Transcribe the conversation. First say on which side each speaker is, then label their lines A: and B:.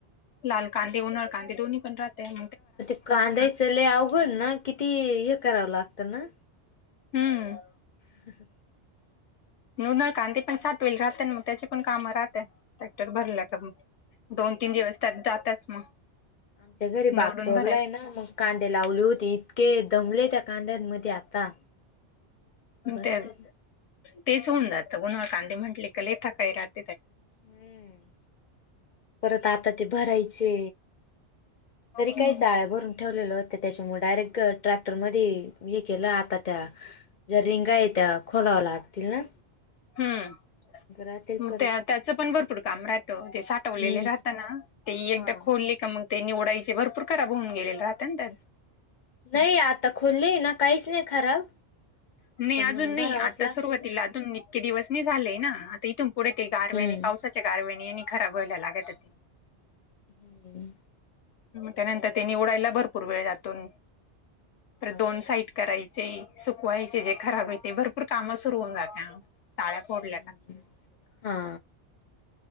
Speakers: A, on the left; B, on the left.
A: लाल कांदे उन्हाळ कांदे दोन्ही पण राहतय.
B: ते कांदाय चले अवघड ना किती हे करावं लागतं ना?
A: हम्म.
B: <unintelligible>
A: नू नळ कांती पण, सात वल राहत मग त्याचे. पण काम राहत टॅक्टर भरल्या तर दोन, तीन दिवस त्यात जातच मग.
B: आमच्या जरी भाग
A: निवडून
B: तोडला
A: भराय
B: आहे ना मग. कांदे लावले होते इतके दमले त्या कांदयामध्ये आता. बस
A: ते
B: का
A: तेच होऊन जातं उन्हाळं कांदे म्हंटले का लय थकाय राहत.
B: हम्म. परत आता ते भरायचे. तरी
A: हम्म
B: काय चाळ भरून. ठेवलेलं होत त्याच्यामुळे डायरेक्ट ट्रॅक्टर मध्ये हे केलं आता त्या ज्या रिंगा आहेत त्या खोलाव्या लागतील ना.
A: हम्म
B: राहतील
A: मग
B: परत
A: त्या त्याचं पण भरपूर काम राहतं ते साठ हवलेले
B: हम्म
A: राहत ना ते
B: हा
A: एकदा खोल का मग ते निवडायचे भरपूर खराब होऊन गेले राहते ना त्यात.
B: नाही आता खुले आहे ना, काहीच नाही खराब.
A: नाही
B: पण
A: अजून
B: मग
A: नाही,
B: भरावाच
A: आता
B: लागतील
A: सुरुवातीला अजून नई. े दिवस नाही झालेय ना आता इथून पुढे ते गारवेणी
B: हम्म
A: पावसाच्या गारवनी आणि खराब व्हायला लागत्यात.
B: हम्म
A: त्यानंतर त्यां निवडायला भरपूर वेळ जातून, तर दोन साईड. करायचे सुकवायचे जे खराब हो ते भरपूर काम सुरु होऊन जाते, तळ्या फोडल्या
B: हम्म
A: का.
B: हा.